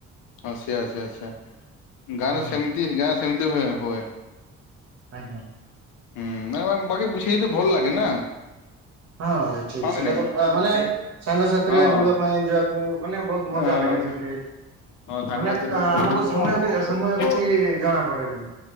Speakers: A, on the left (about 85°); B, on the right (about 55°).
A: ହଁ ସେଇୟା ସେଇୟା ସେଇୟା ଗାଁରେ
B: ହଁ
A: ସେମିତି ଗାଁ ସେମିତି ହୁ ହୁଏ
B: ଆଜ୍ଞା
A: ହୁଁ ମ ବାକି ବୁଝେଇ କିନ୍ତୁ ଭଲ ଲାଗେ ନା
B: ହଁ ଭାଇ ଠିକ
A: ହଁ
B: ସେଇଟା
A: କି ନାଇଁ
B: ତ ମାନେ
A: ସେ
B: ସାଙ୍ଗସାଥିରେ
A: ହଁ
B: ବୁଲିବା ପାଇଁ ଯିବାକୁ ମାନେ ବହୁତ ମଜା
A: ହଁ
B: ଲାଗେ ସେ
A: ସାଙ୍ଗସାଥି
B: ମାନେ
A: ସହିତ
B: ଆମକୁ
A: ବୁଲିବ
B: ସମୟ
A: ମଜା କରିବ
B: ସମୟ କିଛି ଜଣା ପଡେ ନାହିଁ